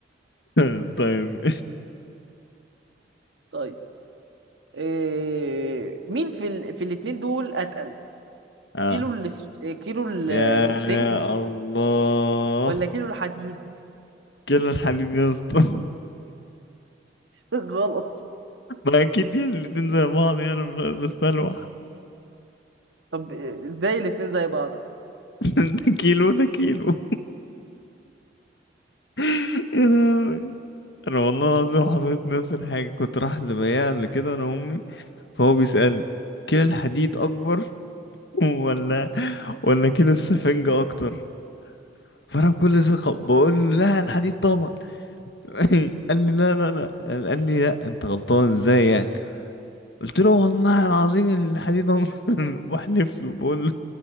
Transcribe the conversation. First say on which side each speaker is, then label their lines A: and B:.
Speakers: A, on the left; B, on the right.
A: <laughs> طيب
B: طيب إيه... مين في ال... في الاثنين دول اتقل
A: اه
B: كيلو الاس... كيلو ال-
A: يا
B: الاسفنج
A: الله
B: ولا كيلو الحديد
A: كل الحديد يا اسطى <laughs>
B: <laughs> غلط
A: ما اكيد دي الاتنين زي بعض يعني انا بستلوح
B: طب إيه، ازاي الاثنين زي بعض
A: <laughs> ده كيلو ده كيلو <laughs> يا لهوي انا والله العظيم حصلت نفس الحاجه كنت رايح لبياع قبل كده انا وامي فهو بيسالني كيلو الحديد اكبر ولا ولا كيلو السفنجة اكتر فانا بكل ثقة بقول له لا الحديد طبعا <laughs> قال لي لا لا لا قال لي لا انت غلطان ازاي يعني قلت له والله العظيم الحديد <laughs> بحلف له بقول له